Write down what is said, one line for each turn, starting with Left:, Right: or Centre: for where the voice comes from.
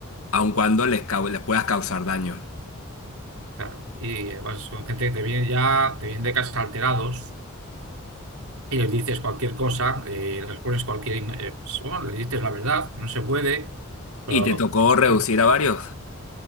Left: aun cuando les, cau- les puedas causar daño.
Right: claro, y eh, vas con gente que te viene ya, te viene de casa alterados y les dices cualquier cosa, eh, les pones cualquier, in- eh, pues, bueno, les dices la verdad, no se puede, pero
Left: ¿Y te tocó
Right: son,
Left: reducir a varios?